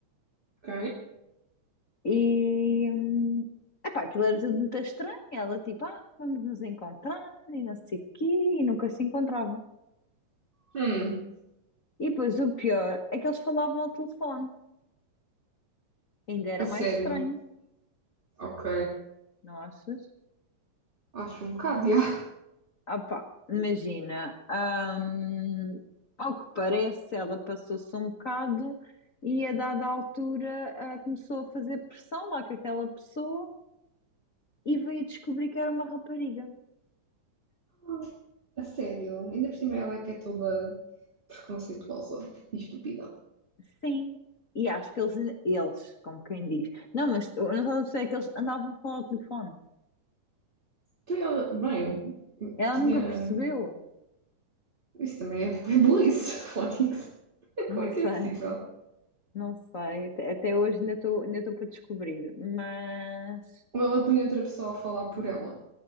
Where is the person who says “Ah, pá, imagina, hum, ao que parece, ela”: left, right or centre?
Left